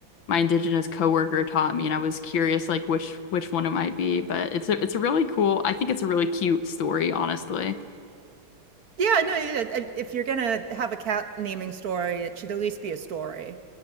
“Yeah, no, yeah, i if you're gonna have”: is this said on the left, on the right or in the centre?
Right